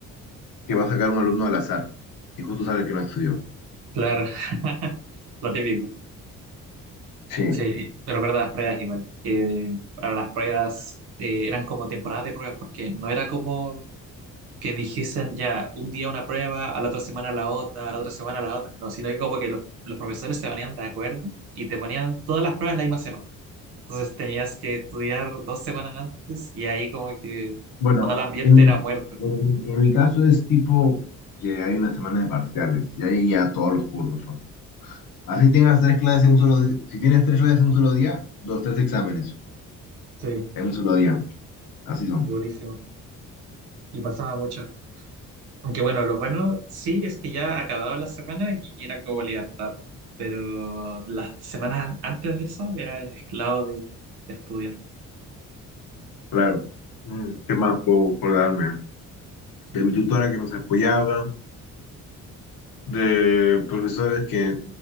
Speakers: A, on the left; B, on the right.
A: que va a sacar un alumno al azar y justo sale que no estudió.
B: Claro, <laughs> lo típico.
A: Sí.
B: Sí, me recuerdo las pruebas igual, que para las pruebas eh, eran como temporadas de pruebas, porque no era como que dijesen ya un día una prueba, a la otra semana la otra, a la otra semana la otra. No, sino que como que los, los profesores se ponían de acuerdo y te ponían todas las pruebas la misma semana. Entonces tenías que estudiar dos semanas antes y ahí como que
A: Bueno,
B: todo el ambiente
A: en mi,
B: era muerto.
A: en- en mi caso es tipo que hay una semana de parciales y ahí ya todos los cursos son. Así tengas tres clases en un solo día, si tienes tres clases en un solo día, los tres exámenes.
B: Sí,
A: en un solo día. Así son.
B: durísimo. Y pasaba mucho. Aunque bueno, lo bueno sí es que ya acababa la semana y era como libertad. Pero las semanas an- antes de eso era esclavo de, de estudiar.
A: Claro. Mm, ¿Qué más puedo acordarme? De mi tutora que nos apoyaba, de profesores que